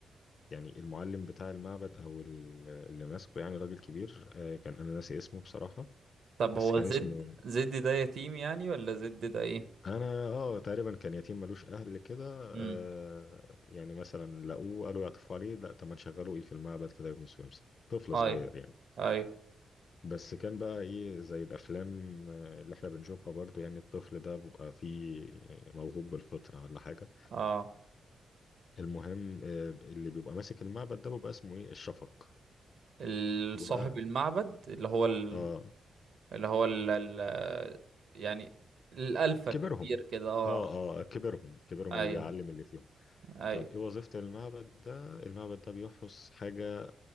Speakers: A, on the left; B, on the right.
A: يعني المعلم بتاع المعبد او ال- اللي ماسكه يعني راجل كبير آه كان انا ناسي اسمه بصراحة
B: طب
A: بس
B: هو
A: كان
B: زد
A: اسمه
B: زد ده يتيم يعني ولا زد ده ايه
A: انا اه تقريبا كان يتيم ملوش اهل كده
B: امم
A: آه يعني مثلا لقوه قالوا يعطفوا عليه لا طب ما نشغله ايه في المعبد كده يكون سويمس طفل
B: اي
A: صغير يعني
B: اي
A: بس كان بقى ايه زي الافلام آه، اللي احنا بنشوفها برضو يعني الطفل ده بيبقى فيه موهوب بالفطرة ولا حاجة
B: اه
A: المهم آه اللي بيبقى ماسك المعبد ده بيبقى اسمه ايه الشفق
B: ال-
A: بيبقى
B: صاحب المعبد اللي هو ال...
A: اه
B: اللي هو ال... ال... يعني الالفا
A: كبرهم
B: كبير كده اه
A: اه اه كبرهم كبرهم
B: اي
A: اللي بيعلم اللي فيهم
B: اي
A: طب ايه وظيفة المعبد ده المعبد ده بيحرس حاجة